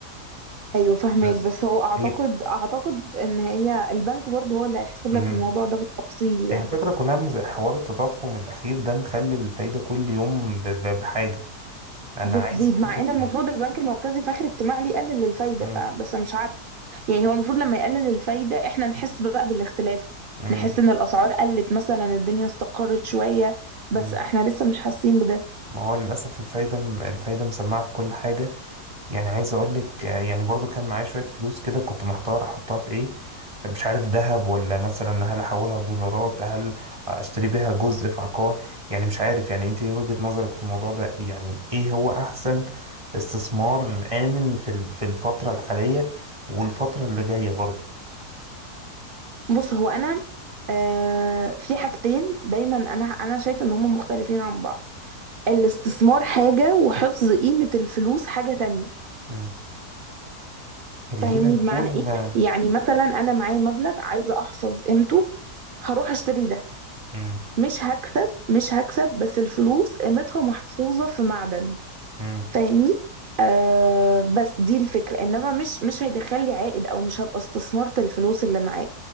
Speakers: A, on the right (about 65°); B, on the right (about 20°).
A: ايوه فاهماك
B: بس
A: بس هو اعتقد
B: هي
A: اعتقد ان هي البنك برضه هو اللي هيحسب
B: مم.
A: لك الموضوع ده بالتفصيل يعني
B: هي الفكرة كلها إن زي حوار التضخم الأخير ده مخلي الفايدة كل يوم ب- ب- بحاجة أنا
A: بتزيد
B: عايز أقول
A: مع
B: لك
A: ان المفروض
B: يعني
A: البنك المركزي في اخر اجتماع ليه يقلل الفايده
B: مم.
A: فبس أنا مش عارفه يعني هو المفروض لما يقلل الفايده احنا نحس بقى بالاختلاف
B: مم.
A: نحس ان الاسعار قلت مثلا الدنيا استقرت شويه بس
B: مم.
A: احنا لسه مش حاسين بده
B: ما هو للأسف الفايدة الفايدة مسمعة في كل حاجة يعني عايز اقول لك آه، يعني برضو كان معايا شوية فلوس كده كنت محتار احطها في ايه مش عارف ذهب ولا مثلا هل احولها دولارات هل اشتري بيها جزء في عقار يعني مش عارف يعني انت إيه وجهة نظرك في الموضوع ده يعني ايه هو احسن استثمار آمن في ال- في الفترة الحالية والفترة اللي جاية برضو
A: بص هو انا آه في حاجتين دايما انا انا شايفه ان هما مختلفين عن بعض الاستثمار حاجه وحفظ قيمه الفلوس حاجه تانية
B: مم. خلينا
A: فاهمني
B: نقول
A: بمعنى ايه
B: مم.
A: يعني مثلا انا معايا مبلغ عايزه احفظ قيمته هروح اشتري ده
B: مم.
A: مش هكسب مش هكسب بس الفلوس قيمتها محفوظة في معدن
B: مم.
A: فاهمني آه بس دي الفكرة انما مش مش هيدخل لي عائد او مش هبقى استثمرت الفلوس اللي معايا